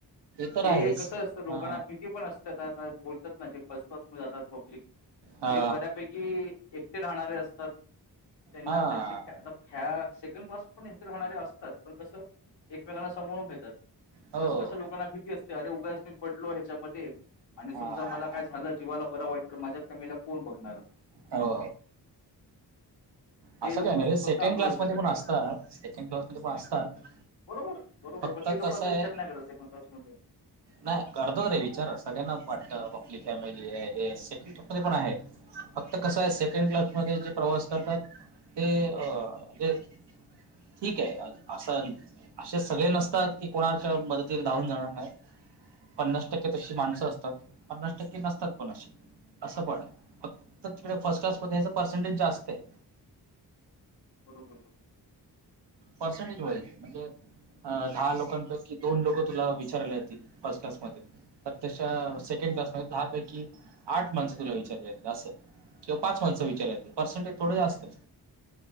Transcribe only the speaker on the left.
ते
कसं असतं लोकांना
भीती पण असते आता ता बोल जे पसपास जातात पब्लिक
ते बऱ्यापैकी एकटे राहणारे असतात त्यांना
त्यांची फ आता फ्या सेकंड क्लास पण इथ राहणारे असतात पण कसं एकमेकांना सांभाळून घेतात.
बसपश लोकांना भीती असते अरे उभास मी पडलो ह्याच्यामध्ये. आणि
समजा मला काय झालं जीवाला बरं वाईट तर माझ्या फॅमिलीला कोण बघणार?
<inaudible>
लोकं
फक्त
आपला
विचार
करतात.
बरोबर, बरोबर
पण ते लोक
असा
विचार नाही करत सेकंड क्लास मध्ये.
बरोबर बरोबर